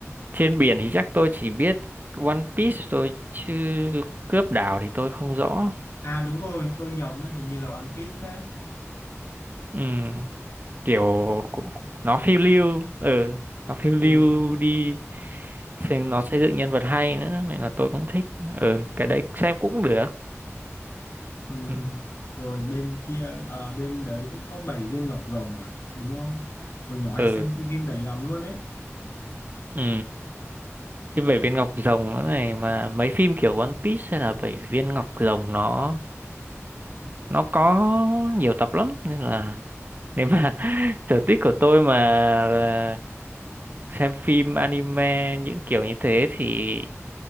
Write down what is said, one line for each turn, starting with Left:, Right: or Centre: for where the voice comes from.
Right: trên biển thì chắc tôi chỉ biết One Piece thôi chứ cướp đảo thì tôi không rõ
Left: à đúng rồi tôi nhầm đấy hình như là One Piece đấy
Right: Ừ. kiểu cũng nó phiêu lưu ừ nó phiêu lưu
Left: ừ.
Right: đi xem nó xây dựng nhân vật hay nữa nên là tôi cũng thích ừ cái đấy xem cũng được
Left: ừm,
Right: ừ
Left: rồi bên kia ờ, bên đấy cũng có bảy viên ngọc rồng à đúng không hồi nhỏ hay
Right: ừ
Left: xem cái phim đấy lắm luôn ấy
Right: ừ. cái bảy viên ngọc rồng nó này mà mấy phim kiểu One Piece hay là bảy viên ngọc rồng nó nó có nhiều tập lắm nên là nếu mà <laughs> sở thích của tôi mà là xem phim anime những kiểu như thế thì